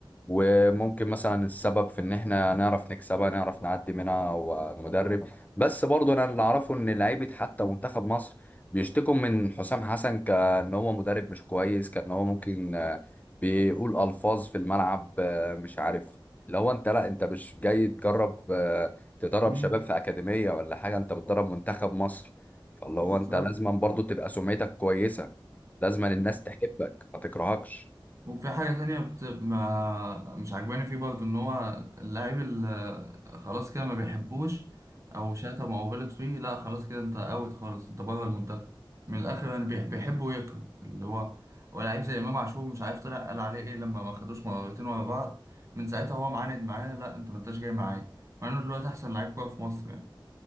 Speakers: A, on the left; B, on the right.
A: وممكن مثلا السبب في إن إحنا نعرف نكسبها نعرف نعدي منها هو المدرب بس برضو أنا اللي أعرفه إن لعيبة حتى منتخب مصر بيشتكوا من حسام حسن كأن هو مدرب مش كويس كأن هو ممكن آه، بيقول ألفاظ في الملعب آه، مش عارف اللي هو أنت لا أنت مش جاي تجرب آه، تدرب
B: امم
A: شباب في أكاديمية ولا حاجة أنت بتدرب منتخب مصر فاللي
B: بالظبط
A: هو انت لازما برضو تبقى سمعتك كويسه لازما الناس تحبك ما تكرهكش
B: وفي حاجة تانية بت... ما مش عجباني فيه برضه إن هو اللاعب اللي خلاص كده ما بيحبوش أو شتم أو غلط فيه لا خلاص كده أنت أوت خالص أنت بره المنتخب من الآخر يعني بيح... بيحب ويكره اللي هو هو لعيب زي إمام عاشور مش عارف طلع قال عليه إيه لما ما خدوش مرتين ورا بعض من ساعتها هو معاند معايا لا أنت ما أنتش جاي معايا مع إنه دلوقتي أحسن لعيب كورة في مصر يعني